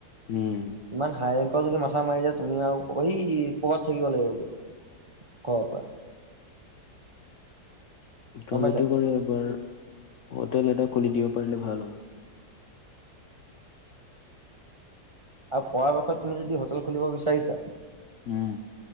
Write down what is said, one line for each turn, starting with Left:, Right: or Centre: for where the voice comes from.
Left: উম
Right: ইমান হাইৰেংকৰ যদি মাথা মাৰি যাও তুমি আৰু সি কৰ'বাত থাকিব লাগিব গে ঘৰৰ পৰা।
Left: তো
Right: গম
Left: সেইটো
Right: পাইছা
Left: কৰি এবাৰ হোটেল এটা খুলি দিব পাৰিলে ভাল হ'ব।
Right: আৰু পৰাপক্ষত তুমি যদি হোটেল খুলিব বিচাৰিছা
Left: উম